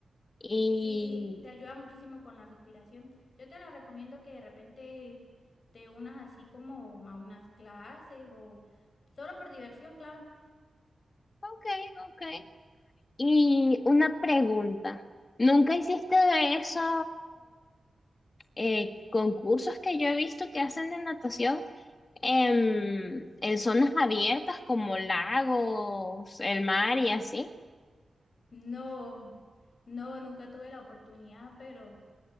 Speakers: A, on the left; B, on the left.
A: Y...
B: Sí, te ayuda muchísimo con la respiración. Yo te la recomiendo que de repente te unas así como a unas clases o solo por diversión, claro.
A: Ok, ok. Y una pregunta, ¿nunca hiciste de esos eh, concursos que yo he visto que hacen de natación em, en zonas abiertas como lagos, el mar y así?
B: No, no, nunca tuve la oportunidad, pero...